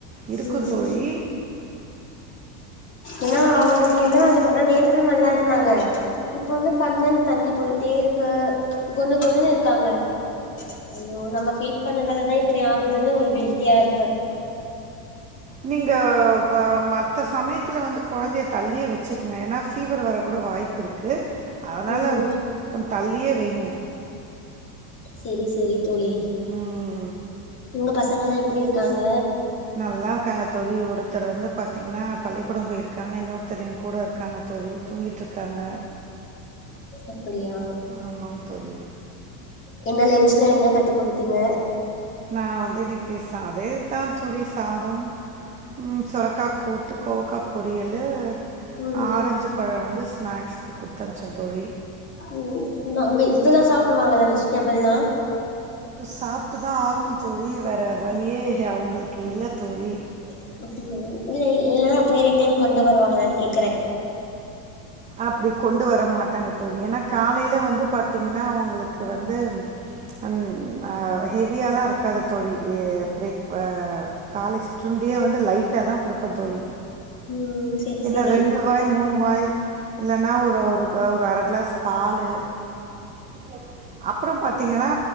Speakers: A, on the right (about 15°); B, on the left (about 25°).
A: இருக்கு
B: ம்
A: தோழி
B: ஏன்னா அவங்களுக்கு என்ன அதுலதா நேத்துதா நல்லா இருந்தாங்க இப்ப வந்து கண்லருந்து தண்ணி போயிட்டே இருக்கு கொன்னு கொன்னுன்னு இருக்காங்க ஐயோ நம்ம ஃபீட் பண்ணதாலதா இப்டி ஆகுதுன்னு ஒரு ஹில்டியா இருக்கு
A: நீங்க மத்த வ சமயத்தில வந்து கொழந்தைய தள்ளியே வச்சுக்கங்க ஏன்னா ஃபீவர் வர கூட வாய்ப் புருக்கு அதனால
B: ம்
A: கொன் தள்ளியே வைங்க
B: செரி செரி தோழி
A: ம்.
B: உங்க பசங்கல்லா எப்டி இருக்காங்க
A: நல்லா இருக்காங்க தோழி ஒருத்தர் வந்து பாத்திங்கன்னா பள்ளிக்கூடம் போயிருக்காங்க இன்னொருத்தர் என் கூட இருக்காங்க தோழி தூங்கிட்டுருக்காங்க
B: அப்படியா
A: ஆமாங் தோழி
B: நீங்க ‌லென்ச்லா என்ன கட்டி குடுத்தீங்க
A: நா வந்து இன்னைக்கு சா அதேதா தோழி சாதம் ம் சுரக்கா கூட்டு கோவக்கா பொரியல்லு
B: ம்
A: ஆரஞ்சு பழ வந்து ஸ்நாக்ஸ்க்கு குடுத்தமுச்சே தோழி
B: ம் நா வெஜ் இதெல்லா சாப்பிடுவாங்கல்ல வெஜிடேபில்லா
A: சாப்ட்டு தா ஆகணு தோழி வேற வழியே அவங்களுக் இல்ல தோழி
B: <unintelligible> இல்ல அப்டியே ரிட்டன் கொண்டு வருவாங்களானு கேக்கற
A: அப்டி கொண்டு வர மாட்டாங்க தோழி ஏன்னா காலையில பாத்தீங்கன்னா அவங்களுக்கு வந்து அம் ஆ ஹெவியாலா இருக்காது தோழி பிரேக் பா காலை சுற்றுண்டியே வந்து லைட்டாதா குடுப்பே தோழி
B: ம் செரி
A: என்னா
B: செரி
A: ரெண்டு வாய் மூணு வாய் இல்லன்னா ஒரு ஒரு ஒரு அர கிளாஸ் பாலு ம் ம் அப்புற பாத்தீங்கன்னா